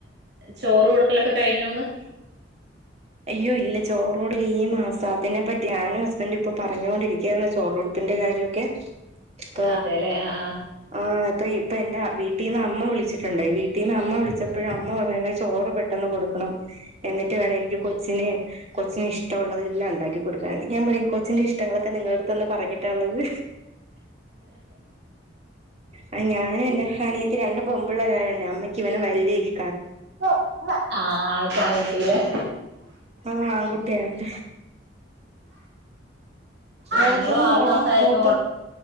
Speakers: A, on the right; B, on the right.
A: ചോറ് കൊടുക്കലൊക്കെ കഴിഞ്ഞോന്ന്
B: അയ്യോ ഇല്ല ചോറോടൽ ഈ മാസം അതിനെപ്പറ്റി ഞാനും ഹസ്ബൻും ഇപ്പൊ പറഞ്ഞൊണ്ടിരിക്കയായിരുന്നു ചോറ കൊടുപ്പിന്റെ കാര്യമൊക്കെ അപ്പ
A: അതെല്ലേ ആ
B: ആഹ് ഇപ്പൊ ഇപ്പ എന്റെ വീട്ടിൽ നിന്ന് അമ്മ വിളിച്ചിട്ടുണ്ടായി വീട്ടിൽ നിന്ന് അമ്മ വിളിച്ചപ്പോഴും അമ്മ പറയ ചോറ് പെട്ടെന്ന് കൊടുക്കണം എന്നിട്ട് വേണം എനിക്ക് കൊ കൊച്ചിനന് കൊച്ചിന് ഇഷ്ടമുള്ളതെല്ലാം ഉണ്ടാക്കികൊടുക്കാൻ ഞാൻ പറയും കൊ ച്ചിന്റെ ഇഷ്ടങ്ങളൊെങ്ങളടു തന്ന് പറഞ്ഞ റ്റുള്ളത് ആ ഞാന എൻറെ അനീത്തി രണ്ട് പെമ്പിള്ളേര് അമ്മയ്ക്ക് ഇവനെ വല്യ ഇഷ
A: ആ ആദ്യത്ത ആൺകുട്ടിനെ
B: ആ ൺകുട്ടിയൊണ്ടേ മൂത്തത്
A: ങ്ങളും ആറു
B: മോളാ
A: മാസ ആയപ്പം
B: മൂത്ത
A: കൊ